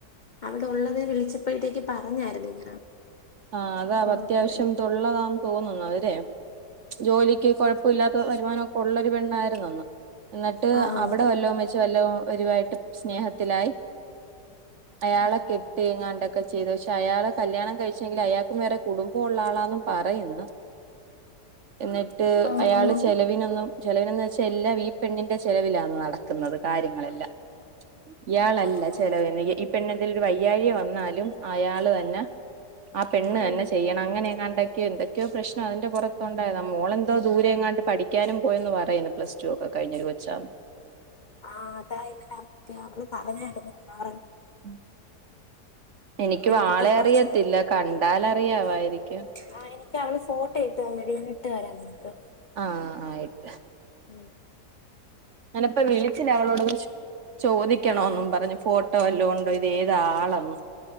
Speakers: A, on the left; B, on the right.
A: അവിടെ ഒള്ളത് വിളിച്ചപ്പോഴത്തേക്ക് പറഞ്ഞായിരുന്നു ഇങ്ങനെ
B: ആഹ് അതാ
A: ആഹ്
B: അത്യാവശ്യം ഇത് ഉള്ളതാന്ന് തോന്നുന്നു അവരെ ജോലിക്ക് കൊ പ്പ ഇല്ലാത്ത വരുമാനം ഒക്കെ ഉള്ളരു പെണ്ണായിരുന്നുന്ന് എന്നിട്ട്
A: ആഹ്
B: അവിടെ വല്ലോ ച്വലവും ഒരുവായിട്ട് സ്നേഹത്തിലായി അയാളെ കെട്ട് ഇങ്ങാണ്ടൊക്കെ ചെയ്തു പക്ഷെ അയാളെ കല്യാണം കഴിച്ച് പക്ഷെ എങ്കിലു അയാൾക്കും വേറെ കുടുംബ ഉള്ള ആളാന്നു പറയുന്നു. എന്നിട്ട് ട്ട്
A: ആഹ്
B: അയാള്
A: ആഹ് ആഹ്
B: ചെലവിനൊന്നും ചെലവിനെന്ന് വെച്ചാ എല്ലാം ഈ പെണ്ണിന്റെ ചെലവിലാണ് നടക്കുന്നത്. കാര്യങ്ങളെല്ലാ ഇയാളല്ല
A: ആഹ്
B: ചെലവിന് ഈ പെണ്ണിന് എന്തേലും ഒരു വയ്യാഴിക വന്നാലും അയാളെന്നെ ആ പെണ്ണ്
A: ഉം
B: തന്നെ ചെയ്യണം അങ്ങനെങ്ങാണ്ടൊക്കെയോ ഉണ്ട് ക്കെയോ പ്രശ്നം അതിന്റെ പൊറത്തൊണ്ടായതാ മോളെന്തോ ദൂരെ എങ്ങാണ്ട് പഠിക്കാനും പോയന്ന് പറയുന്നു. പ്ലസ് ടു ഒക്കെ കഴിഞ്ഞെ ഒരു കൊച്ചാന്ന്
A: ആഹ് അതാ ഇന്നലെ അക്ക അവള് പറഞ്ഞാര്ന്ന് ആ
B: ഉം എനിക്കും
A: എനിക്കിപ്പം
B: ആളെ
A: കൊറച്ച്
B: അറിയത്തില്ല. കണ്ടാലറിയാവായിരിക്കും
A: ആഹ് എനിക്ക് അവള് ഫോട്ടോ ഇട്ട് തന്ന്ടി ഇട്ട് തരാം നിനക്ക്
B: ആഹ് ആയിട്ട്
A: ഉം
B: ഞാനിപ്പോ വിളിച്ചില്ല അവളോടൊന്ന് ചോദിക്കണം
A: ആഹ്
B: എന്നും പറഞ്ഞ് ഫോട് ട്ടോ വല്ലോം ഉണ്ടോ ഇത് ഏതാ ആളെന്ന്